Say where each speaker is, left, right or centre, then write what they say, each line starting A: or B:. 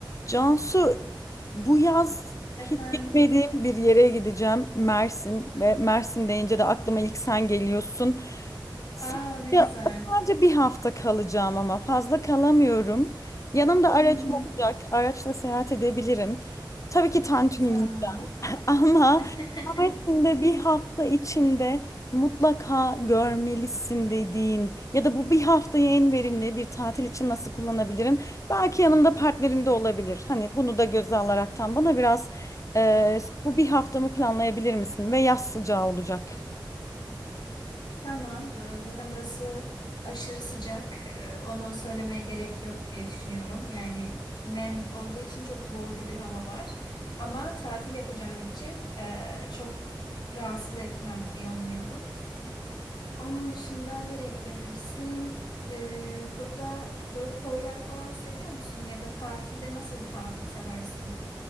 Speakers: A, on the left; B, on the left.
A: Cansu, bu yaz
B: Efendim?
A: hiç gitmediğim bir yere gideceğim. Mersin ve Mersin deyince de aklıma ilk sen geliyorsun. Sadece,
B: Aa ne güzel.
A: sadece bir hafta kalacağım ama fazla kalamıyorum. Yanımda aracım
B: Hı hı.
A: olacak. Araçla seyahat edebilirim. Tabii ki tantuni
B: Tamam.
A: <laughs> Ama
B: <laughs>
A: Mersin'de bir hafta içinde mutlaka görmelisin dediğin ya da bu bir haftayı en verimli bir tatil için nasıl kullanabilirim? Belki yanımda partnerim de olabilir. Hani bunu da göze alaraktan bana biraz e, bu bir haftamı planlayabilir misin? Ve yaz sıcağı olacak.
B: Tamam. Ee, Zaten burası aşırı sıcak. Ee, Onu söylemeye gerek yok diye düşünüyorum. Yani nem olduğu için çok boğucu bir hava var. Ama tatil yapacağın için e, çok rahatsız etmez diye umuyorum. Onun dışında nereye gidebilirsin? Ee, Burada böyle koyları falan seviyor musun? Ya da tatilde nasıl bir tatil seversin?